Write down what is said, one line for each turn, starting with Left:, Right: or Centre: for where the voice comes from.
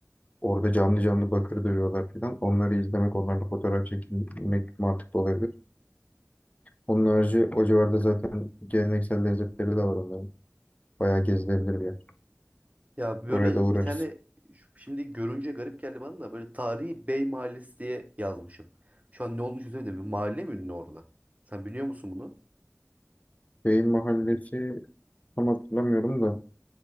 Left: Orada canlı canlı bakır dövüyorlar filan. Onları izlemek, onlarla fotoğraf çekilmek mantıklı olabilir. Onun harici o civarda zaten geleneksel lezzetleri de var onların. Bayağı gezilebilir bir yer.
Right: Ya böyle
Left: Oraya da uğrarız.
Right: bir tane şimdi görünce garip geldi bana da böyle tarihi Bey Mahallesi diye yazmışım. Şu an ne olmuş çözemedim bir mahalle mi ünlü orada? Sen biliyor musun bunu?
Left: Beyin Mahallesi tam hatırlamıyorum da.